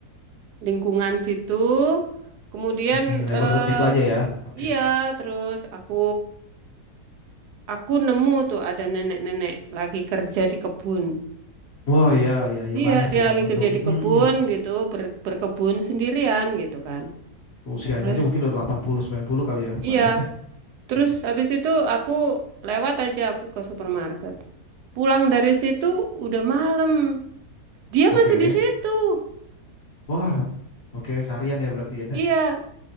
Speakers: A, on the right (about 80°); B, on the left (about 50°).
A: lingkungan situ. Kemudian
B: Mm-mm, Neighborhood
A: eh,
B: situ aja ya. Oke.
A: iya, terus aku Aku nemu tuh ada nenek-nenek lagi kerja di kebun.
B: Wah iya iya iya
A: Iya,
B: banyak
A: dia
B: sih
A: lagi
B: memang
A: kerja
B: tuh.
A: di kebun
B: Mm-mm.
A: gitu, ber- berkebun sendirian gitu kan.
B: Usianya
A: Terus,
B: aja mungkin udah delapan puluh sembilan puluh kali ya
A: iya,
B: Mbak ya. <laughs>
A: terus
B: Iya.
A: habis itu aku lewat aja aku ke supermarket. Pulang dari situ udah malam. Dia
B: Oke.
A: masih di situ.
B: Wah. Oke, seharian ya berarti ya.
A: Iya,